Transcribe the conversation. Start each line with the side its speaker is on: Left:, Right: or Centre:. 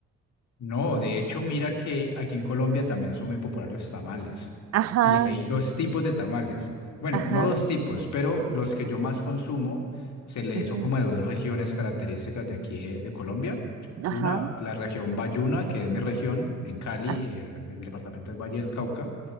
Left: No, de hecho, mira que aquí en Colombia también son muy populares los tamales.
Right: Ajá,
Left: Y hay dos tipos de tamales. Bueno,
Right: ajá,
Left: no dos tipos, pero los que yo más consumo se le,
Right: ujú,
Left: son como de dos regiones características de aquí de, de Colombia.
Right: ajá,
Left: Una, la región Bayuna, que es mi región, en Cali,
Right: a-
Left: eh, el departamento es Valle del Cauca.